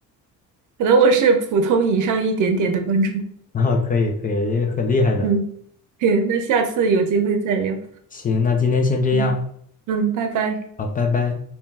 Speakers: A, on the right (about 65°); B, on the left (about 25°).
A: 可能我是普通以上一点点的观众。
B: 啊，可以可以，也很厉害的。
A: 嗯，行那下次有机会再聊。
B: 行，那今天先这样，
A: 嗯嗯，拜拜。
B: 好，拜拜。